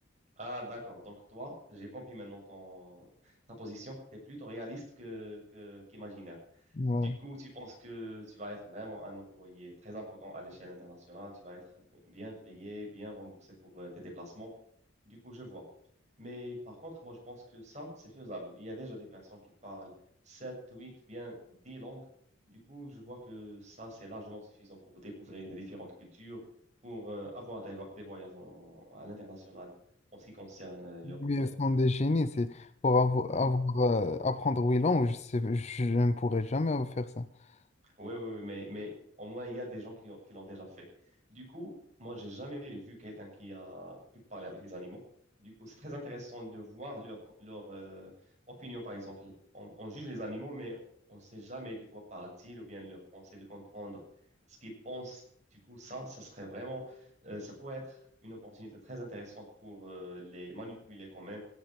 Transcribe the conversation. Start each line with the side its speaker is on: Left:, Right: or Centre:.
Right: Ah, d'accord. Donc, toi, j'ai compris maintenant ton, ta position. Tu es plutôt réaliste que, que, qu'imaginaire.
Left: Ouais.
Right: Du coup, tu penses que tu vas être vraiment un employé très important à l'échelle internationale. Tu vas être bien payé, bien remboursé pour euh, tes déplacements. Du coup, je vois. Mais par contre, moi, je pense que ça, c'est faisable. Il y a déjà des personnes qui parlent 7, 8, bien 10 langues. Du coup, je vois que ça, c'est largement suffisant pour découvrir les différentes cultures, pour euh, avoir des, vo- des voyages en- à l'international en ce qui concerne euh, leur boulot.
Left: Mais Son déchaîné, c'est pour avo- avoir, euh, apprendre huit langues, je sais, je ne pourrais jamais faire ça. <laughs>
Right: Oui, oui, oui, mais, mais au moins, il y a des gens qui, ont- qui l'ont déjà fait. Du coup, moi, j'ai jamais vu quelqu'un qui a pu parler avec les animaux. Du coup, c'est très intéressant de voir leur, leur euh, opinion, par exemple. On, on juge les animaux, mais on ne sait jamais de quoi parlent-ils ou bien leur pensée, de comprendre ce qu'ils pensent. Du coup, ça, ça serait vraiment, euh, ça pourrait être une opportunité très intéressante pour euh, les manipuler quand même.